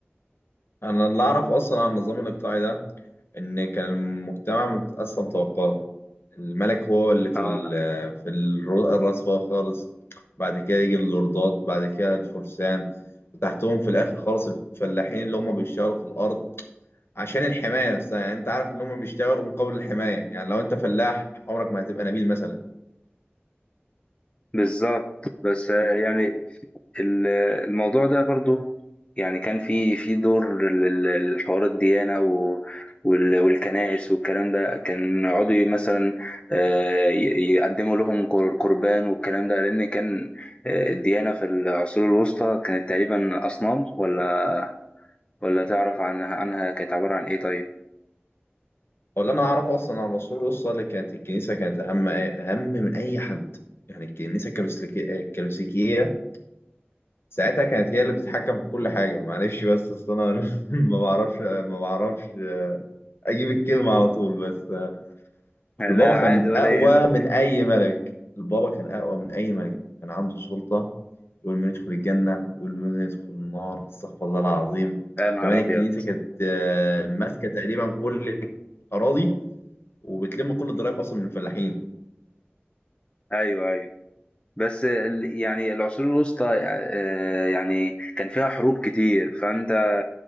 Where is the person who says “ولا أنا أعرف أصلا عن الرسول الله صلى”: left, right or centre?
Left